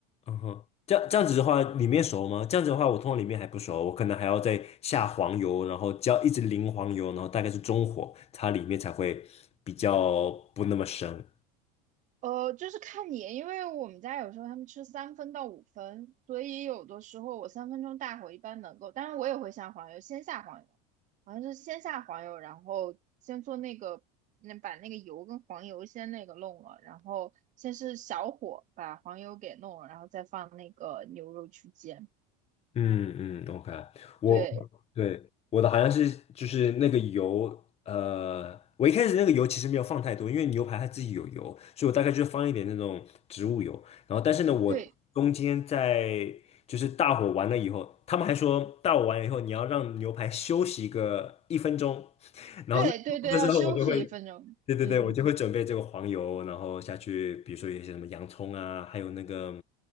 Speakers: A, on the left; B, on the right.
A: 嗯哼，这样这样子的话，里面熟吗？这样子的话，我通常里面还不熟，我可能还要再下黄油，然后浇一直淋黄油，然后大概是中火，它里面才会比较不那么生。
B: 呃，就是看你，因为我们家有时候他们吃三分到五分，所以有的时候我三分钟大火一般能够，当然我也会下黄油，先下黄油，好像是先下黄油，然后先做那个，那把那个油跟黄油先那个弄了，然后先是小火把黄油给弄了，然后再放那个牛肉去煎。
A: 嗯嗯，OK，我对我的好像是就是那个油，
B: 对
A: 呃，我一开始那个油其实没有放太多，因为牛排它自己有油，所以我大概就放一点那种植物油。然后，但是呢，我中间在就是大火完了以后，
B: 对
A: 他们还说大火完了以后你要让牛排休息个一分钟，<laughs> 然后那那时候我就会。
B: 对对对，要休息一分钟。
A: 对对对，
B: 嗯
A: 我就会准备这个黄油，然后下去，比如说有一些什么洋葱啊，还有那个